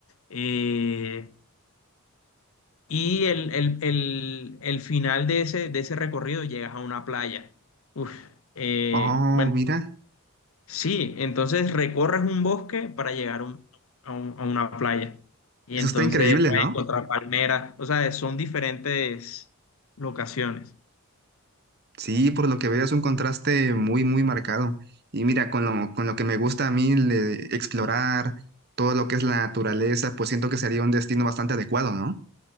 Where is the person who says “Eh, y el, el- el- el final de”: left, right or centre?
Left